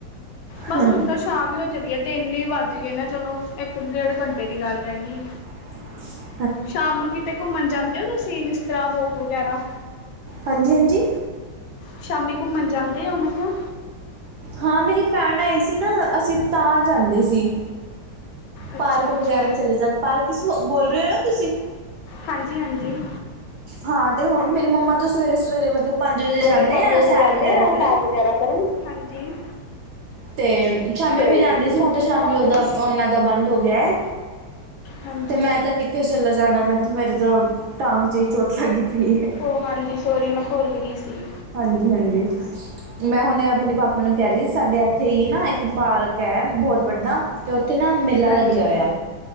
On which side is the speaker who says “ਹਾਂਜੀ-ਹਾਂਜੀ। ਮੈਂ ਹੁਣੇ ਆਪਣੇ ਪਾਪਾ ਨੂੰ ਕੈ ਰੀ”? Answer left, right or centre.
Right